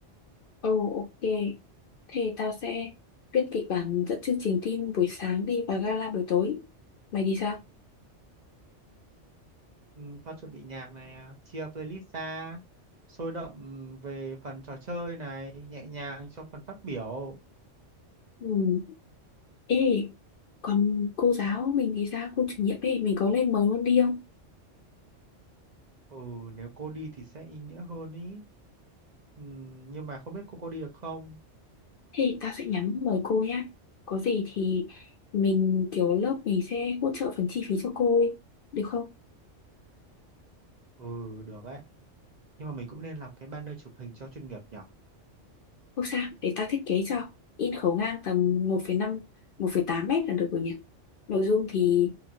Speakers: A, on the left; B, on the right.
A: Ồ, ok. Thế tao sẽ viết kịch bản dẫn chương trình team buổi sáng đi và gala buổi tối. Mày thì sao?
B: ừ, tao chuẩn bị nhạc này à, chia playlist ra sôi động về phần trò chơi này nhẹ nhàng cho phần phát biểu
A: Ừ. Ê, còn cô giáo mình thì sao? Cô chủ nhiệm ấy, mình có lên mời luôn đi không?
B: ừ nếu cô đi thì sẽ ý nghĩa hơn ý ừ, nhưng mà không biết cô cô đi được không
A: Thì tao sẽ nhắn mời cô nhá. Có gì thì mình kiểu lớp mình sẽ hỗ trợ phần chi phí cho cô ấy. Được không?
B: ừ được đấy Nhưng mà mình cũng nên làm cái banner chụp hình cho chuyên nghiệp nhỉ?
A: Không sao, để ta thiết kế cho. In khấu ngang tầm một một phẩy năm một phẩy tám mét là được rồi nhỉ? Nội dung thì...